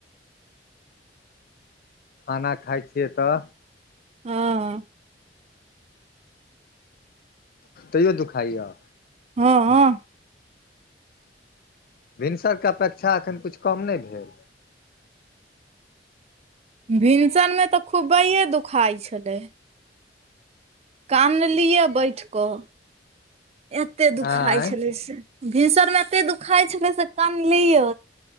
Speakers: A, on the left; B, on the right.
A: खाना खाय छियै तऽ
B: हँ
A: तैयो दुखाइ य
B: हँ हँ
A: भिनसर के अपेक्षा एखन कुछ कम नइ भेल
B: भिनसर मे तऽ खुबैेये दुखाइ छलै कानलियै बैठ कऽ एते दुखाइ
A: आँय
B: छलै से भीसर मे एते दुखाइ छलै से कानलियै